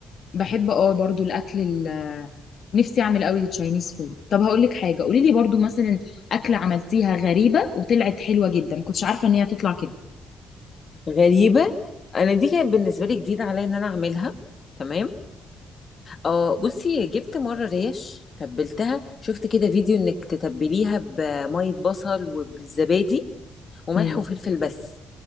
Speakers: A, on the left; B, on the left.
A: بحب اه برضو الاكل ال- نفسي اعمل قوي التشاينيز فود طب هقول لك حاجة قولي لي برضو مثلا اكلة عملتيها غريبة وطلعت حلوة جدا ما كنتش عارفة ان هي تطلع كده
B: غريبه انا دي كانت بالنسبه لي جديده عليا ان انا اعملها تمام اه بصي جبت مره ريش تبلتها شفت كده فيديو انك تتبليها بميه بصل وبالزبادي وملح
A: امم
B: وفلفل بس